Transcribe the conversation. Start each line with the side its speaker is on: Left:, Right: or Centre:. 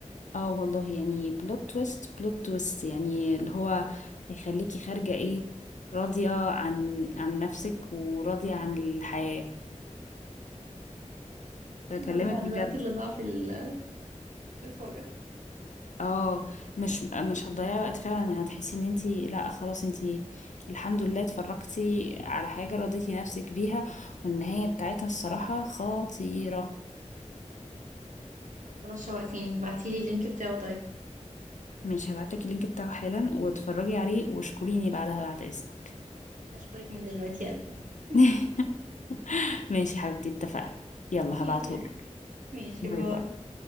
Left: اه والله يعني بلوت تويست بلوت تويست يعني اللي هو هيخليكي خارجة ايه راضية عن عن نفسك وراضية عن الحياة بكلمك
Right: يضيع من
Left: بجد
Right: الوقت اللي ضاع في ال- في الفرجة
Left: اه مش مش هتضيعي وقت فعلا هتحسي ان انتي لا خلاص انتي الحمد لله اتفرجتي على حاجة رضيتي نفسك بيها والنهاية بتاعتها الصراحة خطيرة
Right: لا خلاص شوقتيني بعتيلي اللينك بتاعه طيب
Left: مش هبعتلك اللينك بتاعه حالا واتفرجي عليه واشكريني بعدها بعد اذنك
Right: هشكرك من دلوقتي يا قلبي <laughs>
Left: <laughs> ماشي حبيبتي اتفقنا يلا
Right: ماشي
Left: هبعتهولك
Right: ماشي
Left: باي
Right: باي
Left: باي